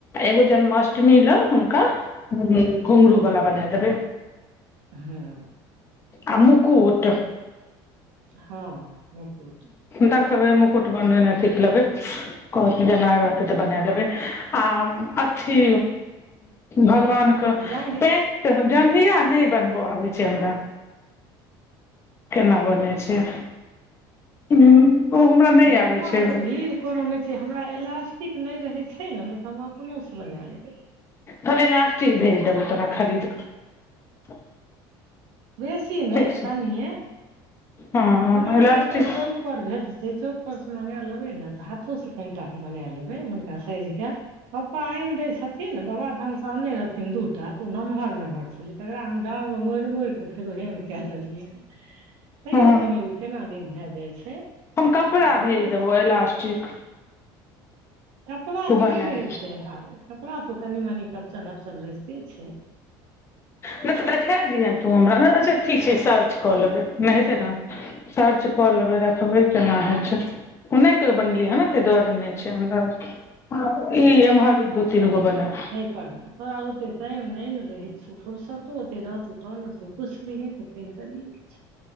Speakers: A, on the left; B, on the right.
A: एगो जन्माष्टमी लेल हुनका। घुंघरू
B: हँ
A: वाला बना देबै
B: हँ।
A: आ मुकुत।
B: हँ मुकुत।
A: देखबै, मुकुट बनि जाय ने, सिख लेबै। कह, जेना रहतै तऽ बना लेबै आ अथी भगवान।
B: जंग
A: पेन्ट
B: नहि
A: जघिया नहि बनबो अबै छै हमरा। केना बनै छै। हूँ ओ हमरा नहि
B: भैया
A: आबै छै
B: मे त भीड़। कोनो नहि छै, हमरा एलास्टिक नहि रहै छै ने, नहि तऽ हम अपनोसँ बना लेबै।
A: हमरा एलास्टिक भेज देबौ, तऽ खरीद कऽ।
B: बेसी नै
A: ठीक छौ
B: कनिये
A: हँ
B: ओना
A: इलास्टिक
B: तऽ एतो चौक पर भेट से चौक पर से मंगा लेबै ने तऽ हाथो से कनिटा के बना लेबै हुनका साइज के पप्पा आनि दै छथिन ने बाबाधाम से आनने रहथिन दूटा तऽ ओ नमहर नमहर छलियै तकरा हम डाँर मे मोड़ मोड़िकऽ फेरोहेम कदेलियै तैयो
A: हँ
B: क केना दिन भए जाइ छै
A: हम कपड़ा
B: आब करबै
A: भेज देबौ
B: कि
A: इलास्टिक
B: कपड़ाके
A: तू बनायल
B: नहि रहै छै आ कपड़ा तऽ ओ कनि मनीपशन अपप्शन रहिते छै
A: नहि तऽ देखा दिहे तू हमरा ने अच्छा ठीक छै सर्च कऽ लेबै नहि हेतै ने सर्च कऽ लेबै देखबै केना होइ छै ओ नहि क बनलियै हँ नेते डर नहि छै अन्दर ह ई एमहर दु तीन गो वला
B: थोरा ओते टाइम नहि ने रहै फुुरसतो ओते रहतौ तहन तु कु छली भी ह ततैलियए किछै